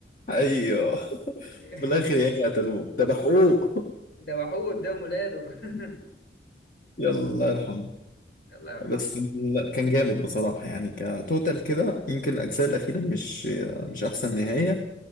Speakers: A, on the left; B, on the left.
A: ايوه <laughs>
B: <laughs>
A: في الاخر يعني قتلوه ذبحوه <laughs>
B: ده وحود ده مولاده <laughs>
A: يلا يرحم
B: الله يرحمه
A: بس ال- كان جامد بصراحة يعني كتوتال كده يمكن الأجزاء الأخيرة مش مش أحسن نهاية